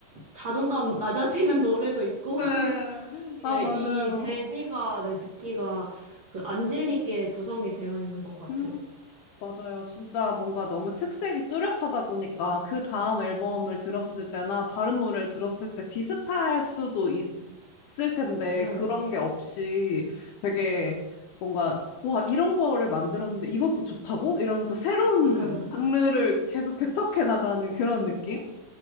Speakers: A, on the right (about 45°); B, on the left (about 70°).
A: 자존감 낮아지는 <laughs> 노래도 있고
B: 네.
A: 되게
B: 아, 맞아요.
A: 이 대비가 네, 듣기가 그 안 질리게 구성이 되어 있는 것 같아요.
B: 음, 맞아요. 진짜 뭔가 너무 특색이 뚜렷하다 보니까 그 다음 앨범을 들었을 때나 다른 노래를 들었을 때 비슷할 수도 있- 을 텐데
A: 네,
B: 그런 게 없이 되게 뭔가 와, 이런 거를 만들었는데 이것도 좋다고? 이러면서 새로운
A: 맞아요, 맞아요.
B: 장르를 계속 개척해 나가는 그런 느낌?